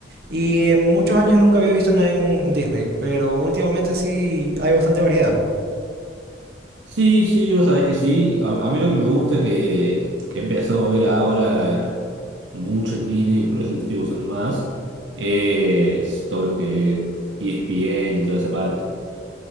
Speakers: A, on the right (about 55°); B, on the right (about 80°).
A: Y en muchos años nunca había visto nada en Disney, pero últimamente sí hay bastante variedad.
B: Sí, sí, vos sabés que sí. A, a mí lo que me gusta que he empezado a ver ahora mucho en Disney, por eso lo estoy usando más, es todo lo que es ESPN y toda esa parte.